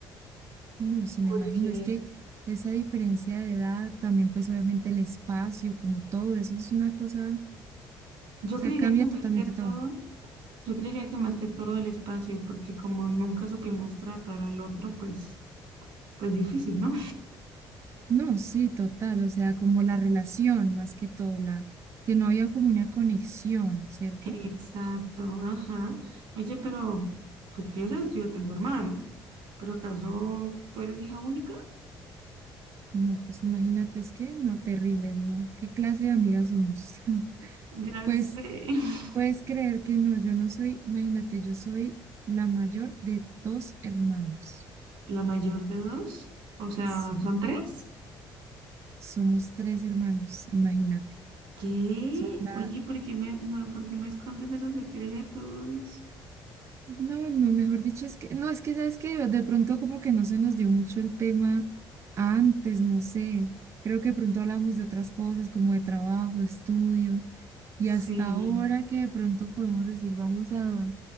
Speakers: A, on the right; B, on the right.
A: No, sí,
B: porque
A: me imagino. Es que esa diferencia de edad, también pues obviamente el espacio, como todo, eso es una cosa, o
B: yo
A: sea,
B: creería
A: cambia
B: que más
A: totalmente
B: que todo,
A: todo.
B: yo creería que más que todo el espacio, porque como nunca supimos tratar al otro, pues, pues difícil, ¿no?
A: No, sí, total, o sea, como la relación más que todo, la que no había como una conexión, ¿cierto?
B: Exacto, ajá. Oye, pero pues tú ya sabes que yo tengo hermano, pero ¿acaso tú eres hija única?
A: No, pues imagínate, es que no, terrible, ¿no? ¿Qué clase de amigas somos? <laughs>
B: Ya
A: Pues
B: sé. <laughs>
A: puedes creer que no, yo no soy, imagínate, yo soy la mayor de dos hermanos.
B: La mayor de dos, o sea,
A: Sí,
B: ¿son tres?
A: somos tres hermanos, imagínate.
B: ¿Qué?
A: Soy la,
B: Oye, ¿por qué me, me- por qué me escondes esos secretos?
A: No, no, mejor dicho, es que, no, es que sabes que de pronto como que no se nos dio mucho el tema antes, no sé, creo que de pronto hablamos de otras cosas como de trabajo, estudio, y
B: Sí,
A: hasta ahora que de pronto podemos decir, vamos a,